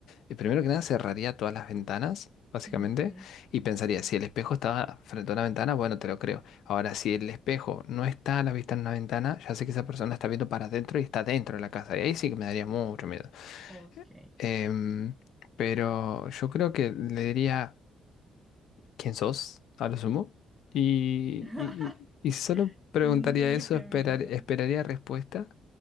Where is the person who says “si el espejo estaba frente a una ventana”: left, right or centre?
Left